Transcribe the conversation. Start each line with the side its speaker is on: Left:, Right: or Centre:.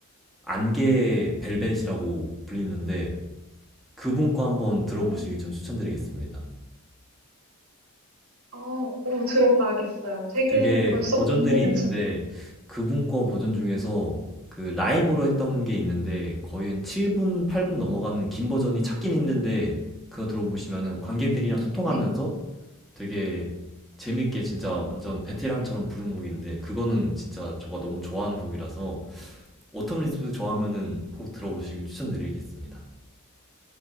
Centre: 안개 벨벳이라고 불리는데 그분 거 한번 들어보시길
Right: 어,
Centre: 전 추천드리겠습니다.
Right: 어, 어, 들어봐야겠어요. 되게
Centre: 되게
Right: 벌써
Centre: 버전들이
Right: 궁금해지네요.
Centre: 있는데 그분 거 버전 중에서 그 라이브로 했던 게 있는데 거의 한 7분, 8분 넘어가는 긴 버전이 찾기는 힘든데 그거 들어보시면은 관객들이랑 소통하면서
Right: 네.
Centre: 되게 재밌게 진짜
Right: 어.
Centre: 완전 베테랑처럼 부른 곡인데 그거는 진짜 제가 너무 좋아하는 곡이라서 오텀 리즈도 좋아하면은 꼭 들어보시길 추천드리겠습니다.